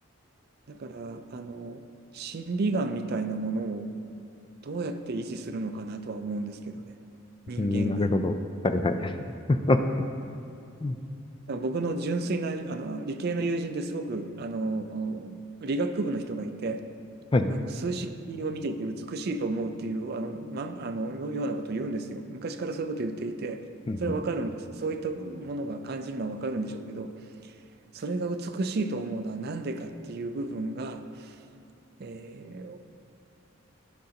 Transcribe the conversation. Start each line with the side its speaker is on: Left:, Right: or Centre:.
Right: だから、あの、審美眼みたいなものをどうやって維持するのかなとは思うんですけどね。人間が。
Left: うん、なるほど。
Right: だか
Left: はいはい。<laughs> うん
Right: ら僕の純粋な、あの、理系の友人ですごく、あの、理学部の人がいて、
Left: はい。うん
Right: あの、数式を見ていて美しいと思うっていう、あの、ま、あの、ようなことを言うんですよ。昔からそういうことを言っていて、
Left: うん
Right: それはわかるんです。そういったものが感じるのはわかるんでしょうけど、それが美しいと思うのはなんでかっていう部分が、え